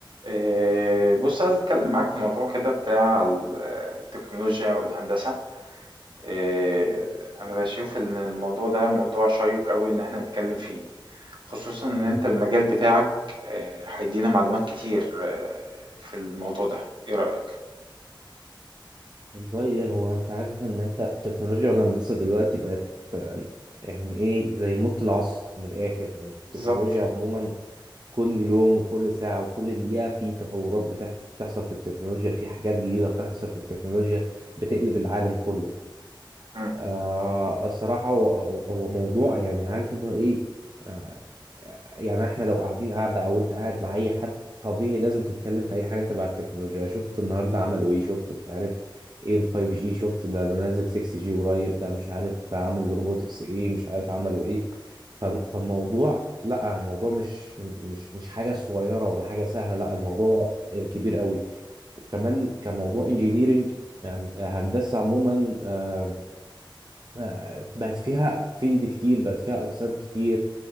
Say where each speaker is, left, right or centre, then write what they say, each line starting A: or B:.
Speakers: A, on the right; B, on the right.
A: إيه، بص عايز اتكلم معاك في موضوع كده بتاع ال- آه، التكنولوجيا والهندسة إيه، انا بشوف ان الموضوع ده موضوع شيق قوي ان احنا نتكلم فيه خصوصا ان
B: مم.
A: انت المجال بتاعك إيه، هيدينا معلومات كتير إيه، في الموضوع ده ايه رأيك
B: والله ايه هو انت عارف ان انت التكنولوجيا والهندسه دلوقتي بقت آه، يعني ايه زي موت العصر من الاخر يعني
A: بالظبط
B: التكنولوجيا عموما كل يوم وكل ساعه وكل دقيقه في تطورات بتح- بتحصل في التكنولوجيا في حاجات جديده بتحصل في التكنولوجيا بتقلب العالم كله
A: مم،
B: آه الصراحه هو هو هو موضوع يعني عارف اللي هو ايه آه، يعني احنا لو قاعدين قاعدة او انت قاعد مع اي حد طبيعي لازم تتكلم في اي حاجة تبع التكنولوجيا شفت النهاردة عملوا ايه شفت مش عارف ايه ال 5G شفت ده ده نازل 6G قريب ده مش عارف عامل روبوتكس ايه مش عارف عملوا ايه ف- فالموضوع لا الموضوع مش مش مش حاجة صغيرة ولا حاجة سهلة لا الموضوع كبير قوي وكمان كموضوع انجينيرينج يعني هندسة عموما آه، آه، بقت فيها فيلد كتير بقت فيها أقسام كتير